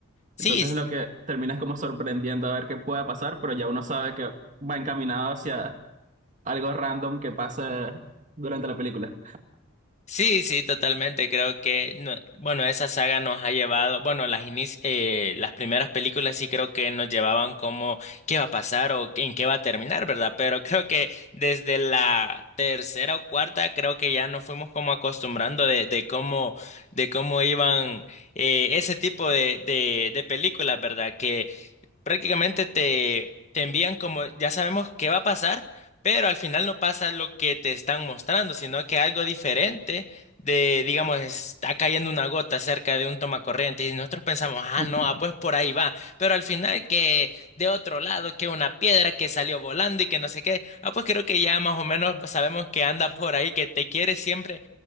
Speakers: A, on the left; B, on the right.
A: Sí,
B: Entonces lo que termina es como sorprendiendo a ver qué pueda pasar, pero ya uno sabe que va encaminado hacia algo random que pase durante la película.
A: Sí, sí, totalmente. Creo que, no- bueno, esa saga nos ha llevado, bueno, las inis- eh, las primeras películas sí creo que nos llevaban como qué va a pasar o en qué va a terminar, ¿verdad? Pero creo que desde la tercera o cuarta creo que ya nos fuimos como acostumbrando de, de cómo, de cómo iban eh, ese tipo de, de, de películas, ¿verdad? prácticamente te, te envían como ya sabemos qué va a pasar, pero al final no pasa lo que te están mostrando, sino que algo diferente de, digamos, está cayendo una gota cerca de un tomacorriente y nosotros pensamos, ah,
B: <laughs>
A: no, ah, pues por ahí va, pero al final que de otro lado, que una piedra que salió volando y que no sé qué, ah, pues creo que ya más o menos sabemos que anda por ahí, que te quiere siempre